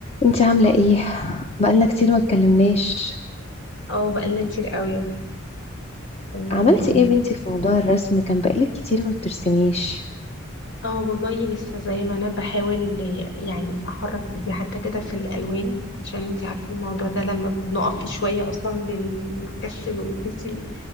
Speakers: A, on the left; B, on the left.
A: انتي عاملة ايه؟ بقالنا كتير ما اتكلمناش
B: اه بقالنا كتير قوي يعني
A: عملتي
B: عاملة ايه
A: ايه يا بنتي في موضوع الرسم كان بقالك كتير ما بترسميش
B: اه والله لسه زي ما انا بحاول يعني احرك ايدي حتى كده في الالوان عشان انتي عارفة الموضوع ده لما بنقف فيه شوية اصلا بنكسل وتحسي